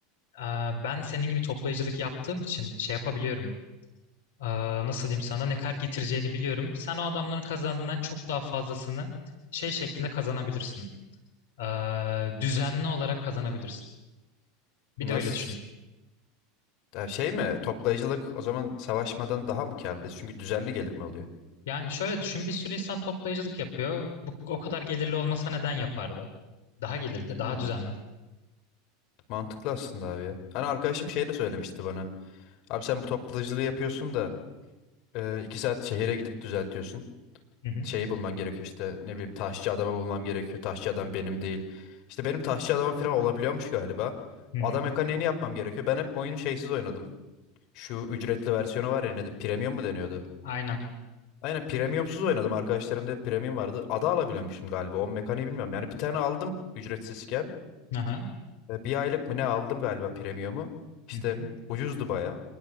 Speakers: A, on the left (about 70°); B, on the left (about 55°).
A: Ee, ben senin gibi toplayıcılık yaptığım için şey yapabiliyorum. Aa, nasıl diyeyim sana ne kadar getireceğini biliyorum. Sen o adamların kazandığından çok daha fazlasını şey şeklinde kazanabilirsin. Aa, düzenli olarak kazanabilirsin. Bir
B: Nasıl?
A: de öyle düşün.
B: Ya Şey mi? Toplayıcılık o zaman savaşmadan daha mı karlı? Çünkü düzenli gelir mi oluyor?
A: Yani şöyle düşün, bir sürü insan toplayıcılık yapıyor. Bu o kadar gelirli olmasa neden yapardı? Daha gelirli,
B: Hmm,
A: daha düzenli.
B: Mantıklı aslında abi ya. Hani arkadaşım şey de söylemişti bana. Abi sen bu toplayıcılığı yapıyorsun da e, iki saat şehire gidip düzeltiyorsun.
A: Hı hı,
B: Şeyi bulman gerekiyor işte ne bileyim taşçı adamı bulmam gerekiyor. Taşçı adam benim değil. İşte benim taşçı adamım falan olabiliyormuş galiba.
A: hı
B: O
A: hı.
B: Adam mekaniğini yapmam gerekiyor. Ben hep oyunu şeysiz oynadım. Şu ücretli versiyonu var ya ne de, premium mu deniyordu?
A: Aynen.
B: Aynen premiumsuz oynadım. Arkadaşlarımda hep premium vardı. Ada alabiliyormuşum galiba. O mekaniği bilmiyorum. Yani bir tane aldım ücretsizken.
A: Aha,
B: E, Bir aylık mı ne aldım galiba premiumu. İşte
A: hı hı.
B: ucuzdu baya.